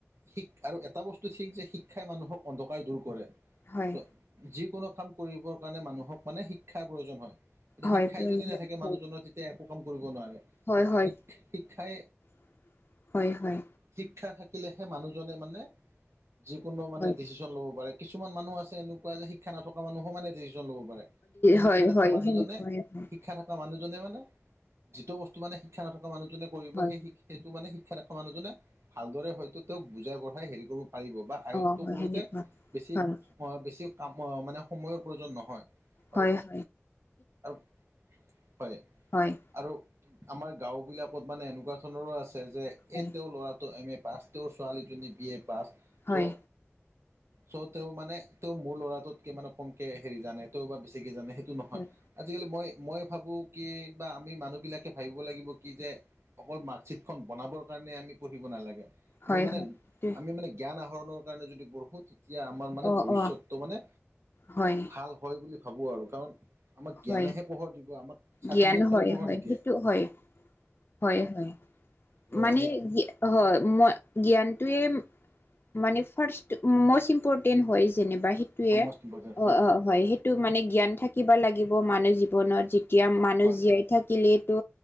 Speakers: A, on the right; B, on the left.
A: শিক, আৰু এটা বস্তু ঠিক যে শিক্ষাই মানুহক অন্ধকাৰ দূৰ কৰে।
B: হয়
A: ত, যিকোনো কাম কৰিবৰ কাৰণে মানুহক মানে শিক্ষাৰ প্ৰয়োজন হয়।
B: হয়
A: শিক্ষাই
B: প্ৰয়োজন
A: যদি নাথাকে,
B: হয়
A: মানুহজনৰ তেতিয়া একো কাম কৰিব নোৱাৰে।
B: হয়,
A: আৰু
B: হয়,
A: শিক্ষাই
B: <inaudible> হয়, হয়।
A: শিক্ষা থাকিলেহে মানুহজনে মানে, যিকোনো মানে
B: হয়
A: ডিচিছন ল'ব পাৰে। কিছুমান মানুহ আছে, এনেকুৱা যে শিক্ষা নথকা মানুহো মানে ডিচিছন ল'ব পাৰে। ত,
B: হয়
A: শিক্ষা থকা
B: হয়
A: মানুহজনে
B: সেনেকুৱাই
A: শিক
B: হয়
A: শিক্ষা থকা মানুহজনে মানে, যিটো বস্তু মানে শিক্ষা নথকা মানুহজনে কৰিব,
B: হয়
A: সেই শি সেইটো মানে শিক্ষা থকা মানুহজনে, ভালদৰে হয়তো তেওঁক বুজাই-বঢ়াই হেৰি কৰিব পাৰিব বা আয়ত্ব
B: অ হয়
A: কৰোতে
B: সেনেকুৱা
A: বেছি,
B: হয়
A: বেছি কাম মানে সময়ৰ প্ৰয়োজন নহয়। আৰু
B: হয়, হ
A: আৰু, হয়।
B: হয়।
A: আৰু আমাৰ গাওঁ বিলাকত মানে এনেকুৱা ধৰণৰো আছে যে এ,
B: হয়
A: তেওঁৰ ল'ৰাটো এম, এ, পাছ। তেওঁৰ ছোৱালীজনী বি, এ, পাছ
B: হয়
A: চ চ, তেওঁ মানে তেওঁ মোৰ ল'ৰাটোতকে মানে কমকে হেৰি জানে, তেওঁ বা বেছিকে জানে সেইটো নহয়।
B: হয়
A: আজিকালি মই, মই ভাবো কি বা, আমি মানুহ বিলাকে ভাবিব লাগিব কি যে, অকল মানুহ চিটখন বনাবৰ কাৰণে, আমি পঢ়িব নালাগে, আমি
B: হয়
A: মানে,
B: হয় হয়
A: আমি মানে জ্ঞান আহৰণৰ কাৰণে যদি পঢ়োঁ, তেতিয়া আমাৰ মানে
B: অ
A: ভৱিষ্যতটো
B: অ
A: মানে
B: হয়
A: ভাল। হয়, বুলি ভাবোঁ আৰু কাৰণ আমাক
B: হয়
A: জ্ঞানেহে পোহৰ দিব আমাক, চাৰ্টিফিকেট
B: জ্ঞান
A: খনে
B: হয়
A: পোহৰ
B: হয়
A: নিদিয়ে।
B: সেইটো হয় হয়, হয়,
A: ত'
B: মানে
A: আমি
B: হয় মই, জ্ঞানটোৱে মানে ফাৰ্ষ্ট, মষ্ট ইম্পৰ্টেন্ট হয়, যেনিবা সেইটোৱে
A: সমষ্ট ইম্পৰ্টেণ্ট
B: অ, হয় সেই মানে জ্ঞান থাকিব লাগিব, মানুহ জীৱনত যি এতিয়া মানুহ
A: হয়
B: জীয়াই থাকিলেতো,